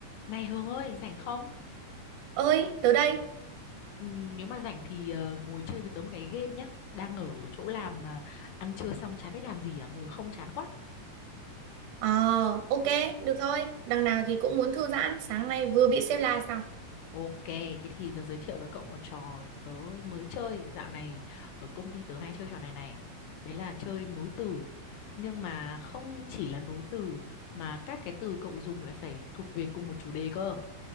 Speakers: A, on the left; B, on the right.
A: Này Hương ơi, rảnh không?
B: Ơi, tớ đây.
A: Ừ, nếu mà rảnh thì ờ, ngồi chơi với tớ một cái game nhá. Đang ở chỗ làm mà ăn trưa xong chả biết làm gì à, ngồi không chán quá.
B: Ờ, ok, được thôi. Đằng nào thì cũng muốn thư giãn. Sáng nay vừa bị xếp la xong.
A: Ok, thế thì tớ giới thiệu với cậu một trò tớ mới chơi. Dạo này ở công ty tớ hay chơi trò này này. Đấy là chơi nối từ. Nhưng mà không chỉ là nối từ mà các cái từ cậu dùng lại phải thuộc về cùng một chủ đề cơ.